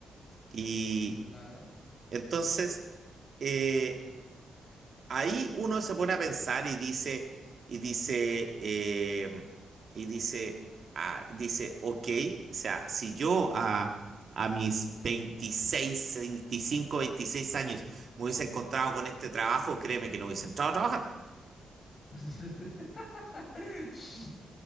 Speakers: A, on the right; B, on the left.
A: Y
B: claro.
A: entonces, eh, Ahí uno se pone a pensar y dice, y dice, eh, y dice, ah, dice, ok, o sea, si yo a, a mis veintiséis, 25, 26 años me hubiese encontrado con este trabajo, créeme que no hubiese entrado a trabajar.
B: <laughs> Sí,